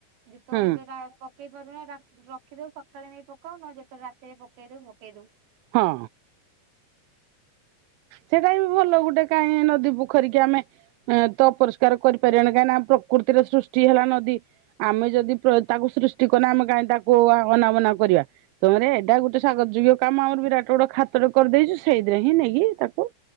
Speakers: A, on the right; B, on the right.
A: ଗୀତ
B: ହୁଁ
A: ଗାଇବାରେ ସେଇଟା ପକେଇ ପାରୁନ ରାଖ୍ ରଖ୍ ରଖିଦେଉ ସକାଳେ ନେଇ ପକାଉ ନ ଯେତେ ରାତିରେ ପକେଇ ଦେଉ ପକେଇ ଦେଉ।
B: ହଁ। ସେଇଟା ବି ଭଲ ଗୋଟେ କାହିଁ ନଦୀ ପୋଖରି କି ଆମେ ଏ ତ ଅପରିଷ୍କାର କରିପାରିବନି କାହିଁକି ନା ପ୍ରକୃତିର ସୃଷ୍ଟି ହେଲା ନଦୀ। ଆମେ ଯଦି ପ୍ର ତାକୁ ସୃଷ୍ଟି କର ନା ଆମେ କାହିଁ ତାକୁ ଅନାବନା କରିବା। ତମରେ ଏ ଏଇଟା ଗୋଟେ ସ୍ଵାଗତ ଯୋଗ୍ୟ କାମ ଆମର ବିରାଟ ବଡ ଖାତର କରିଦେଇଛୁ ସେଇଥିରେ ହିଁ ନେଇକି ତାକ୍ ହଁ